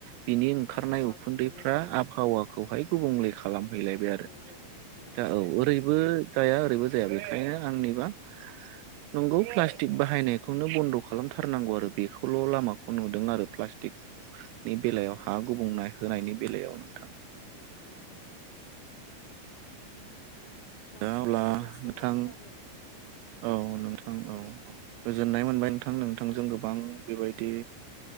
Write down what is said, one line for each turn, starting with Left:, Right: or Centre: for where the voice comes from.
Right: बिनि ओंखारनाय
Left: आबहावा
Right: उखुन्दैफ्रा
Left: गुबुंले जायो
Right: आबहावाखौहाय गुबुंलेखा खालामहैलायबाय आरो
Left: नंगौ नोंथां
Right: दा औ ओरैबो जाया ओरैबो जाया बेखायनो। आंनिबा नंगौ प्लास्टिक बाहायनायखौनो बन्द' खालामथारनांगौ आरो बेखौ सल' लामाखौ नुदों आरो प्लास्टिकनि बेलायाव
Left: नंगौ
Right: हा
Left: नोंथां
Right: गुबुंना होनायनि
Left: औ
Right: बेलायावनो।
Left: औ नोंथां। दाथ'
Right: दा अब्ला
Left: जोंना समाबो
Right: नोंथां
Left: जाबाय नोंथां
Right: औ नोंथां औ औ। गोजोननाय मोनबाय नोंथां नोंथांजों
Left: दोनथ'
Right: गोबां बेबायदि